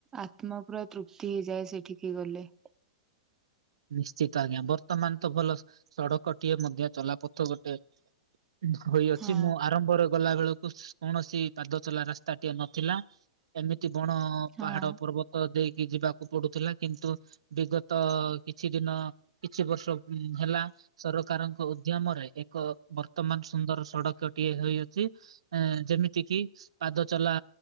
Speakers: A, on the right (about 15°); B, on the right (about 80°).
A: ଆତ୍ମା ପୁରା ତୃପ୍ତି ହେଇଯାଏ ସେଠିକି ଗଲେ।
B: ନିଶ୍ଚିତ ଆଜ୍ଞା ବର୍ତ୍ତମାନ ତ ଭଲ ସଡକଟିଏ ମଧ୍ୟ ଚଲାପଥ ଗୋଟେ ଧୋଇଅଛି
A: ହଁ
B: ମୁଁ ଆରମ୍ଭରେ ଗଲା ବେଳକୁ କୌଣସି ପାଦ ଚଲା ରାସ୍ତାଟିଏ ନଥିଲା। ଏମିତି ବଣ
A: ହଁ
B: ପାହାଡ ପର୍ବତ ତ ଦେଇକି ଯିବାକୁ ପଡୁଥିଲା। କିନ୍ତୁ ଦିଗତ କିଛି ଦିନ କିଛି ବର୍ଷ ହେଲା ସରକାରଙ୍କ ଉଦ୍ୟମରେ ଏକ ବର୍ତ୍ତମାନ ସୁନ୍ଦର ସଡ଼କଟିଏ ହୋଇଅଛି। ଉଁ ଯେମିତି କିି ପାଦ ଚଲା